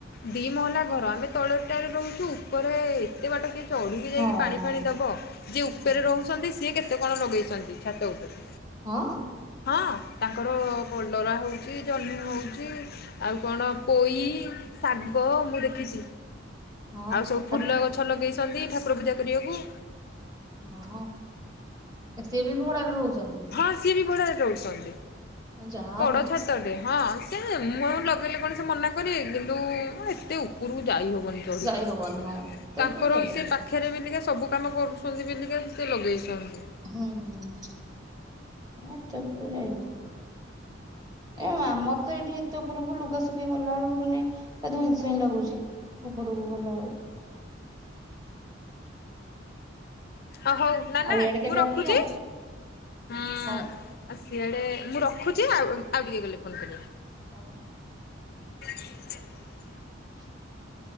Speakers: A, on the left; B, on the right.
A: ଦିଇ ମହଲା ଘର ଆମେ ତଳେ ଟାରେ ରହୁଛୁ ଉପରେ ଏ ବାଟ କିଏ ଚଢିକି ଯାଇକି
B: ହଁ
A: ପାଣି
B: ହଁ
A: ଫାଣି ଦବ ଯିଏ ଉପରେ
B: ହଁ।
A: ରହୁଛନ୍ତି ସିଏ କେତେ କଣ ଲଗେଇଛନ୍ତି ଛାତ ଉପରେ।
B: ହଁ।
A: ହଁ ତାଙ୍କର କଲରା ହଉଛି ଜହ୍ନି ହଉଛି ଆଉ କଣ ପୋଇ ଶାଗ ମୁଁ ଦେଖିଛି।
B: ହଁ
A: ଆଉ ସବୁ ଫୁଲ
B: ଆ-
A: ଗଛ ଲଗେଇଛନ୍ତି ଠାକୁର ପୂଜା କରିବାକୁ।
B: ହଁ ସିଏ ବି ଭଡାରେ ରହୁଛନ୍ତି।
A: ହଁ ସିଏ ବି ଭଢାରେ ରୋହୁଛନ୍ତି
B: ହଁ ଯାହା
A: ବଡ
B: ହଉ
A: ଛ ବଡ ଛାତ ଟେ ହଁ ସେ ମୁଁ ଲଗେଇଲେ କଣ ସେ ମନା କରିବ କିନ୍ତୁ ଏତେ ଉପରକୁ ଯାଇହବନି। ଚଡ଼ିକି
B: ଯାଇ ହବନି ହଁ ଏତେ
A: ତାଙ୍କର
B: ଉପରକୁ ଯାଇ ହବନି
A: ସେ ପାଖ ପାଖରେ ବିଲିକା ସବୁ କାମ କରୁଛନ୍ତି ବିଲିକା ସେ ଲଗେଇଛନ୍ତି।
B: ହୁଁ ଆ ଏତେ ଉପରକୁ ଯାଇହବନି। ଏ ଆମର ତ ଏଠି ଏତେ ଉପରକୁ ଲୁଗାସୁଖେଇ ଗଲା ବେଳକୁ ମାନେ ଧଇଁସଇଁ ଲାଗୁଛି ଉପରକୁ ଗଲା ବେଳକୁ।
A: ଅ ହଉ ନା ନା
B: ଆଉ ଇଆଡେ କେବେ
A: ମୁଁ ରଖୁଛି
B: ଆସିବ?
A: ହଁ। ଆଉ
B: ହଉ
A: ସିଆଡ଼େ ମୁଁ ରଖୁଛି ଆଉ ଆଉ ଟିକେ ଗଲେ ଫୋନ୍ କରିବି।
B: ହଉ।
A: <inaudible>
B: <inaudible>